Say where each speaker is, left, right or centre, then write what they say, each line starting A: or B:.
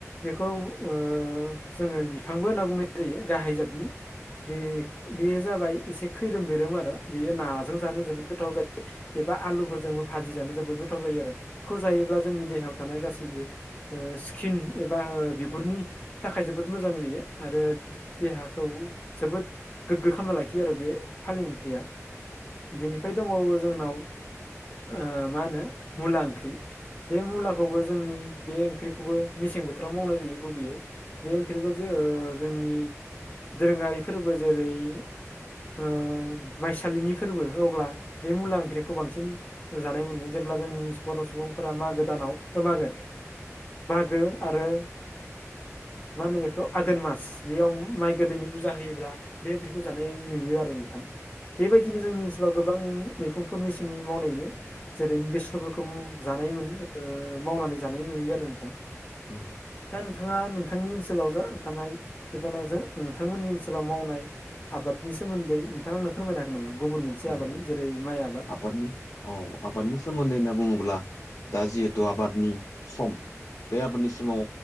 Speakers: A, on the left; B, on the left.
A: बेखौ ओ जोङो बिफांबो होनना बुंनाय जायो गाहाय जाादनि बे बेयो जाबाय एसे खैरोम दैैरोम आरो बेयो नाजों जानो जोबोद गोथाव जायो एबा आलुफोरजोंबो भाजि जानो जोबोद गोथाव जायो आरो बेखौ जायोब्ला जोंनि देहायाव थानाय गासैबो ओ स्किन एबा बिगुरनि थाखाय जो- बोद मोजां बियो आरो देहाखौ जोबोद गोग्गो खालामना लाखियो आरो बे फालें ओंख्रिया बेनिफ्राय दंबावो जोंनाव ओ मा होनो मुला ओंख्रि बे मुलाखौबो जोंनि बे ओंख्रिखौ खौबो मेसें बोथोराव मावनाय जायो गुबैयै बे ओंख्रिखौ जो जोंनि दोरोङारि फोरबो जेरै ओ माइसालिनि फोरबो अब्ला बे मुला ओंख्रिखौ बांसिन जानाय मोनो जेब्ला ब्ला जोंनि बर' सुबुंफोरा मागो दानाव ओ मागो गो आरो ओ मा होनो बेखौ आघोन मास बेयाव माइ गोरलैनि फुजा होयोब्ला बे ओंख्रिखौ जानाय नुयो आरो नोंथां बेबायदिनो जोंनि ओनसोलाव गोबां मैगंफोर सेंनि मावनाय मोनो जेरै बेसरफोरखौ जानाय मोनो ओ मावनानै जानाय नुयो आरो नोंथां
B: उम
A: दा नोंथाङा नोंथांनि ओनसोलाव जा थानाय एबा जा नोंथांमोननि ओनसोलाव मावनाय आबादनि सोमोन्दै नोंथां आंनो फोरमायना हागोन नामा गुबुन मोनसे
B: औ
A: आबादनि
B: औ
A: जेरै माइ आबाद
B: आबादनि औ आबादनि सोमोन्दै होनना बुङोब्ला दा जिहेतु आबादनि सम बे आबादनि सिमाव